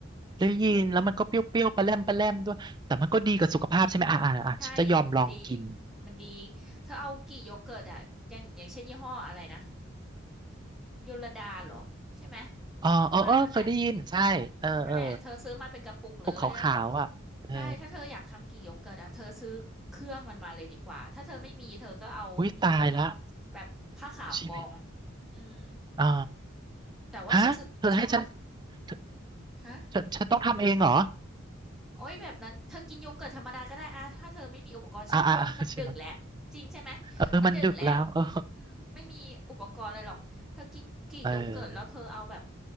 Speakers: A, on the right; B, in the centre.
A: ได้ยินแล้วมันก็เปรี้ยวๆปลาแรมปลาแรมด้วยแต่มันก็ดีกับสุขภาพใช่ไหมอ่าอ่าอ่าฉันจะยอมลองกิน
B: เออใช่มันดีมันดีเธอเอากี่โยเกิร์ตอ่ะอย่างอย่างเช่นยี่ห้ออะไรนะโยลดาเหรอใช่ไหม
A: อ๋อเออเออเคยได้ยินใช่เออเออ
B: ประมาณนั้นแหละอืมนั่นแหละเธอซื้อมาเป็นกระปุกเลยแล้ว
A: ปกขาวๆอ่ะเออ
B: ใช่ถ้าเธออยากทำกี่โยเกิร์ตอ่ะเธอซื้อเครื่องมันมาเลยดีกว่าถ้าเธอไม่มีเธอก็เอา
A: อุ้ยตายแล้ว
B: แบบผ้าขาวกอง
A: ชีวิต
B: อืม
A: อ่า
B: แต่ว่าฉันสึกฉันว่า
A: ฮะเธอให้ฉันเธอ
B: ฮะ
A: ฉันฉันต้องทำเองเหรอ
B: โอ้ยแบบนั้นเธอกินโยเกิร์ตธรรมดาก็ได้อะถ้าเธอไม่มีอุปกรณ์ฉันคิดว่ามันดึกแหละจริงใช่ไหม
A: อ่าอ่าใช่ไหมเออมันดึกแล้วเออ
B: มันดึกแล้วอืมไม่มีอุปกรณ์อะไรหรอกเธอกินกรีกโยเกิร์ตแล้วเธอเอาแบบ
A: เออ